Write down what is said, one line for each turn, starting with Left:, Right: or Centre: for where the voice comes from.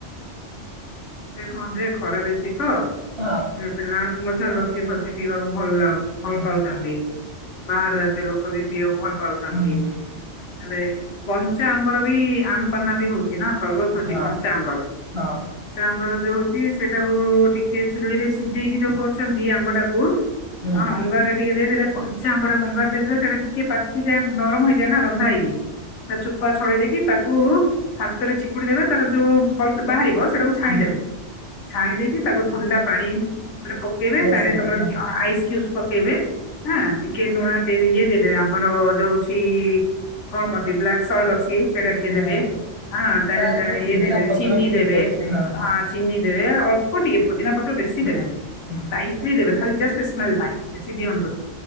Left: ଏ କହ ଯେ ଖରା ବେଶୀ ହଁ।
Right: ହଁ।
Left: ତ ପିଲା ମଧ୍ୟ
Right: ହଁ
Left: ଲସି ଫସି ପିଇବାକୁ ଭଲ ଭଲ ଅ ଭଲ
Right: ହଁ
Left: ପାଉଚନ୍ତି। ବାହାରୁ ଆସ ଲୋକ ବି ପିଅ ଭଲ ପାଉଛନ୍ତି
Right: ହଁ ହଁ ହୁଁ
Left: ହେଲେ କଞ୍ଚା ଆମ୍ବର ବି ଆମ୍ପନା ବି ହଉଛି। ନା ସରବତ ହଉଛି
Right: ହଁ
Left: କଞ୍ଚା ଆମ୍ବର।
Right: ହଁ
Left: ଆମ୍ବର ଯୋଉ ହଉଛି ସେଟାକୁ ଟିକେ ଚୁଲି ରେ ସିଝେଇକି ଯୋଉ କରୁଛନ୍ତି ଆମ୍ବଟାକୁ
Right: ହୁଁ
Left: ତ ହଁ ଅଙ୍ଗାର ଟିକେ ଦେଇଦେଲେ କଞ୍ଚା ଆମ୍ବ ଅଙ୍ଗାର ଦେଇଦେଲେ ସେଟା ଟିକେ ପାଚିଯାଏ ନରମ ହେଇଯାଏ ନା ରନ୍ଧା ହେଇକି, ତା ଚୁପା ଛଡେଇ ଦେଇକି ତାକୁ ହାତରେ ଛିପୁଡି ଦେବେ ତାର ଯୋଉ୍ ବାହାରିବ ସେଟାକୁ ଛାଣିଦେବେ,
Right: ହୁଁ
Left: ଛାଣି ଦେଇକି ତାକୁ ଥଣ୍ଡା ପାଣି ପକେଇବେ
Right: ମିଶେଇକି
Left: ତାହେଲେ ତମର
Right: ହଁ।
Left: ଆଇସ୍ କ୍ୟୁ ପକେଇବେ ହଁ ଟିକେ ଲୁଣ ଟ ଇଏ ଦେଇଦେବେ ଆମର ଯୋ ହଉଚି କଣ କହନ୍ତି ବ୍ଲାକ୍ ସଲ୍ଟ ଅ ଏ ସେଟା ଟିକେ
Right: ହଁ
Left: ଦେବେ
Right: ହଁ
Left: ହଁ ତାହେଲେ
Right: ତାର ଟିକେ
Left: ଇଏ
Right: ପୁଦିନା
Left: ଦେବେ
Right: ପତ୍ର
Left: ଚିନି
Right: ଟିକେ
Left: ଦେବେ।
Right: ପଡୁଛି ହଁ
Left: ଆ ଚିନି ଦେବେ ଅଳ୍ପ ଟିକେ ପୁଦିନା ପତ୍ର ବେଶି
Right: ହୁଁ।
Left: ଦେବେନି
Right: ହୁଁ
Left: ଲାଇଟ ବି ଦେବେ। ଖାଲି ଜଷ୍ଟ ସ୍ମେଲ୍ଲ୍ ପାଇଁ। ବେଶୀ ଦିଅନ୍ତୁନି।